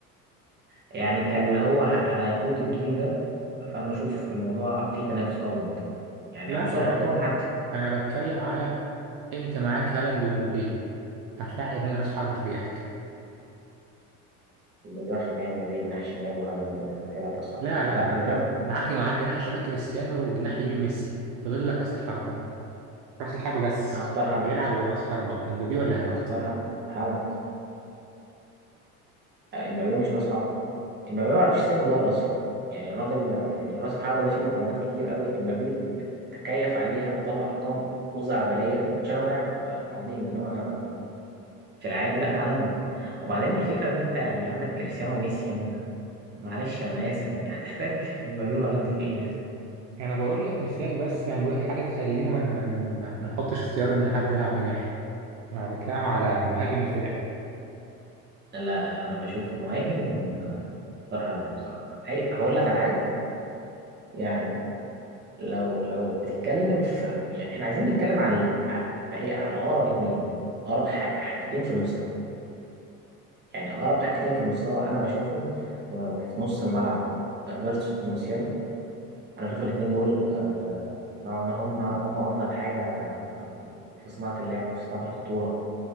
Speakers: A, on the right; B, on the right.
A: يعني كاللي هو ه... هيقود الجيل ده فانا بشوف الموضوع فيه تنافس قوي منطقي يعني
B: لا
A: على مستوى الارقام حتى
B: أنا بتكلم على أنت معاك هالاند ومبابي هتلاعب من رأس حربة فريقك
A: مليار في المية مبابي جناح شمال وهالاند هيلعب راس حربة
B: لا لا
A: لا
B: لا
A: أنا ده
B: ما. معاك معاك جناح شمال كريستيانو وجناح يمين ميسي وفاضل لك رأس الحربة رأس الحربة بس
A: هختار هالاند
B: هيلعب غير رأس حربة إمبابي ولا هالاند
A: هختار هالاند هالاند آه، مبابي مش راس حربة امبابي ما بيعرفش يستلم بضاعة أصلا يعني الراجل يعني راس الحربة ده فيه مقومات كتير قوي امبابي بتكيف عليها وبتطلع أرقام خزعبلية عشان هو لاعب عظيم إنما في العادي لا هالاند وبعدين الفكرة إن أنت يعني عندك كريستيانو وميسي يعني معلش أنا آسف يعني هتحتاج امبابي وهالاند في إيه يعني
B: أنا بقول لك مثال بس يعني بقول لك حاجة تخلينا ما ما ما ما نحطش اختيار إن حد يلعب جناح أنا بتكلم على مهاجم الفرقة
A: لا أنا بشوف مهاجم آه، اختار هالاند بصراحة هي- هقول لك على حاجة يعني لو لو بتتكلم في يعني احنا عايزين نتكلم عن على ايه على اقرب اتنين اقرب حاج حاجتين في المستوى يعني اقرب حاجتين في المستوى انا بشوفهم في, في نص الملعب فيرتس وموسيالا انا بشوف الاتنين دول آه، نوعا ما هم هم افضل حاجه آه، في صناعه اللعب في صناعه الخطوره